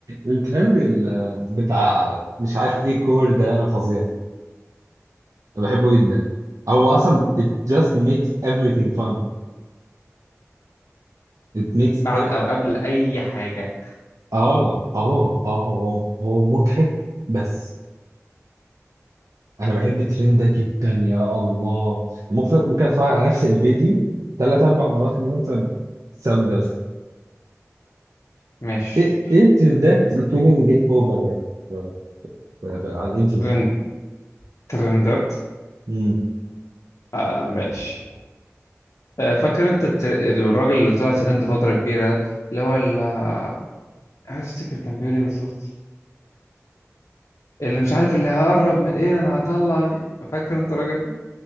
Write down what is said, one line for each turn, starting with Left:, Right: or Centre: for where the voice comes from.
Right: الترند ال- بتاع مش عارف ايه كور ده فظيع انا بحبه جدا هو اصلا it just makes everything fun it makes
Left: بعد
Right: ev
Left: او قبل اي حاجه
Right: اه اه اه هو هو مضحك بس انا بحب الترند ده جدا يا الله ممكن ممكن اتفرج على نفس الفيديو ثلاث اربع مرات من مثلا الساوند ده بس
Left: ماشي
Right: ايه ايه الترندات you couldn't get over في- في- في- على الانترنت
Left: ترند
Right: يعني؟
Left: ترندات
Right: مم.
Left: آه ماشي آه فاكر انت التر... الراجل اللي طلع ترند فتره كبيره ده اللي هو ال... آه، عايز افتكر كان بيقول ايه بالظبط اللي مش عارف اللي هقرب من ايه ده انا هطلع دي. فاكر انت الراجل ده